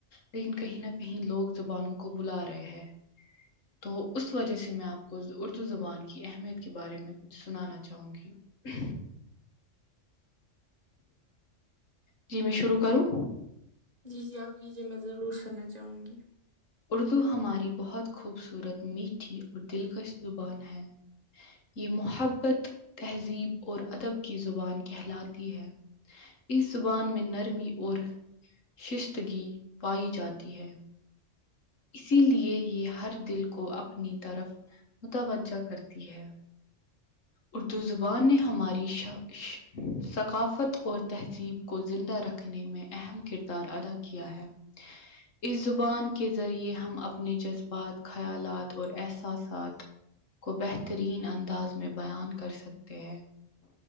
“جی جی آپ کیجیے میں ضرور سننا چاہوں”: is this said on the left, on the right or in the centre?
Right